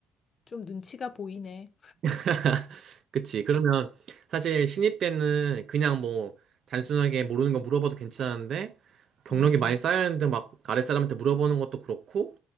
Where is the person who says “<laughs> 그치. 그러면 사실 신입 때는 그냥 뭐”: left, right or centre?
Right